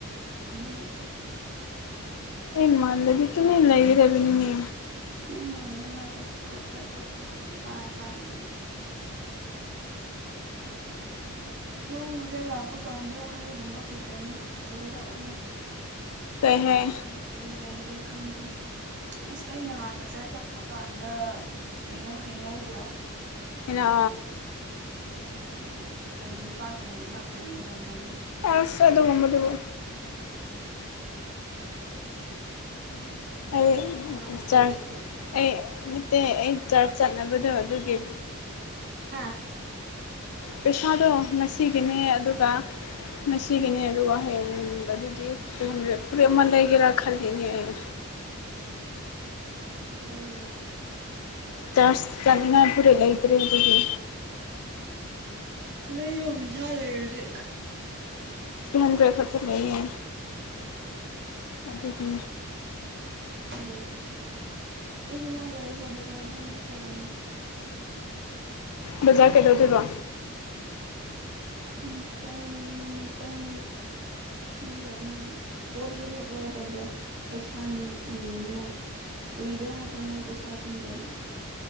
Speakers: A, on the right; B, on the left.
A: ꯉꯠꯇ
B: ꯑꯩꯃꯥꯟꯗꯗꯤ ꯇꯨꯅꯤ ꯂꯩꯗꯕꯤꯅꯤꯅꯤ
A: ꯅꯪ ꯃꯥꯟꯕ ꯉꯥꯛꯇꯅꯤ ꯀ꯭ꯔꯣꯛ ꯀ꯭ꯔꯦꯛ ꯀ꯭ꯔꯣꯛ ꯀ꯭ꯔꯦꯛ ꯀꯣꯏ ꯄꯥꯏ ꯄꯥꯏꯔꯗꯅ ꯅꯪ ꯍꯣꯔꯦꯟ ꯂꯥꯛꯄ ꯀꯥꯟꯗ ꯍꯩꯒꯨꯝꯕ ꯀꯩ ꯀꯩꯅꯣ ꯂꯩꯔꯛꯑꯣꯅꯦ
B: ꯀꯩ ꯍꯥꯏ
A: ꯀꯔꯤ ꯀꯔꯤ ꯂꯩꯒꯦ ꯈꯪꯗꯦ ꯑꯁ ꯑꯩ ꯅꯍꯥꯟ ꯕꯖꯥꯔ ꯆꯠꯄ ꯀꯥꯟꯗ ꯀꯩꯅꯣ ꯍꯩꯅꯧꯗꯣ
B: ꯍ
A: ꯀꯦ ꯖꯤ ꯑꯃꯗ ꯀꯩꯅꯣ ꯂꯨꯄꯥ ꯀꯨꯟ ꯍꯊꯥꯛꯇ ꯌꯣꯜꯂꯝꯃꯤ
B: ꯑꯁ ꯑꯗꯨꯒꯨꯝꯕꯗꯨꯕꯨ
A: ꯅꯤꯔ ꯆꯔ
B: ꯑꯩ
A: ꯅꯅꯥꯎꯅꯨꯄꯤꯅꯁꯨ
B: ꯆꯥꯟ ꯑꯩ ꯅꯠꯇꯦ ꯑꯩ ꯆꯔꯆ ꯆꯠꯅꯕꯗꯣ ꯑꯗꯨꯒꯤ
A: ꯍꯥꯥ
B: ꯄꯩꯁꯥꯗꯣ ꯉꯁꯤꯒꯤꯅꯦ ꯑꯗꯨꯒ ꯉꯁꯤꯒꯤꯅꯦ ꯑꯗꯨꯒ ꯋꯥꯍꯡ ꯑꯗꯨꯗꯤꯗꯦ ꯐꯂꯦꯞ ꯑꯃ ꯂꯩꯒꯦꯔꯥ ꯈꯜꯂꯤꯅꯦ ꯎ
A: ꯂꯩꯒꯨꯅ
B: ꯆꯥꯖ ꯆꯅ ꯨꯔꯦ ꯂꯩꯒ꯭ꯔꯦ ꯑꯗꯨꯗꯒꯤ
A: ꯂꯩꯌꯣ ꯩꯁꯥ ꯂꯩꯔꯗꯤ
B: ꯄꯍꯟꯕ꯭ꯔꯦ ꯈꯛꯇ ꯂꯩꯌꯦ ꯑꯗꯨꯗꯤ
A: ꯎ ꯑꯩꯁꯨ ꯉꯍꯥꯛ ꯂꯩꯔꯒ ꯕꯖꯥꯔꯗ ꯑꯃꯨꯛ ꯆꯠꯂꯅꯤ
B: ꯃꯖꯥ ꯀꯩꯗꯧ ꯊꯕ
A: ꯃꯩꯠꯇꯥꯏ ꯃꯦꯠꯇꯥꯏ ꯃꯤꯏ ꯑꯃ ꯄꯣꯠ ꯍꯦꯛ ꯍꯦꯛ ꯂꯄꯗꯣ ꯄꯩꯁꯥ ꯅꯤꯅꯤꯉꯥꯏ ꯀꯨꯏꯔꯦ ꯍꯥꯏꯕ ꯃꯣꯏ ꯄꯩꯁꯥ ꯄꯤꯗꯔꯕ